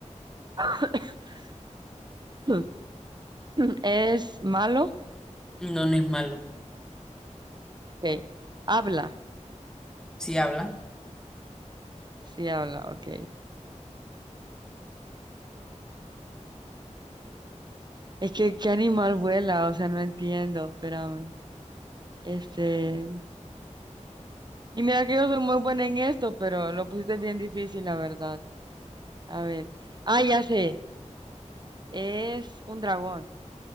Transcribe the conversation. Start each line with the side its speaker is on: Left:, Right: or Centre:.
Right: <coughs> <laughs> ¿Es malo?
Centre: no, no es malo.
Right: Ok. ¿Habla?
Centre: Si habla.
Right: Sí, habla. Ok. Es que, ¿qué animal vuela? O sea, no entiendo. Espérame. Este. Y mira que yo soy muy buena en esto, pero lo pusiste bien difícil, la verdad. A ver. Ah, ya sé. Es un dragón.